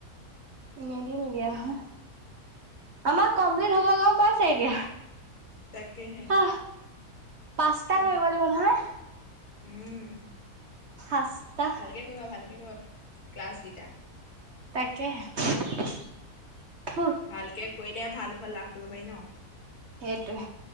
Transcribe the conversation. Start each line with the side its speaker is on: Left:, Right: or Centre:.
Right: এনে দি নিদিয়ে নহয়। আমাৰ কমপ্লিট হৈ গ'ল গম পাইছা এতিয়া।
Left: তাকেহে।
Right: আহ পাঁচটা
Left: কম
Right: কৰিব লাগিব নহয়?
Left: উম।
Right: পাঁচটা।
Left: ভালকে কৰিবা, ভালকে কৰিবা ক্লাছকিটা।
Right: তাকেহ। <unintelligible>
Left: ভালকে কৰিলে ভাল ফল লাভ কৰিব পাৰি ন।
Right: সেইটোৱে।